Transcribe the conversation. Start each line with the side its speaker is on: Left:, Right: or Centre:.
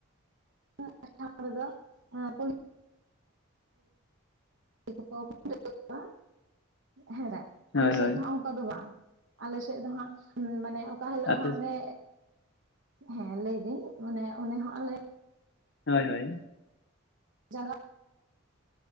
Right: <unintelligible> ᱠᱚᱠᱚ ᱠᱷᱟᱹᱣᱟ ᱦᱮᱸᱰᱟ ᱟᱞᱮ
Left: ᱦᱳᱭ
Right: ᱥᱮᱫ
Left: ᱦᱳᱭ
Right: ᱫᱚ ᱦᱟᱸᱜ ᱚᱱᱠᱟ ᱫᱚ ᱵᱟᱝ <unintelligible> ᱟᱞᱮ ᱥᱮᱫ ᱫᱚ ᱦᱟᱸᱜ ᱢᱟᱱᱮ ᱚᱠᱟ ᱦᱤᱞᱳᱜ
Left: ᱟᱯᱮ
Right: ᱦᱟᱸᱜ ᱞᱮ ᱦᱮᱸ ᱞᱟᱹᱭᱫᱟᱹᱧ ᱢᱟᱱᱮ ᱚᱱᱮ ᱦᱚᱸ ᱟᱞᱮ
Left: ᱦᱳᱭ ᱦᱳᱭ
Right: ᱡᱟᱜᱟ <unintelligible>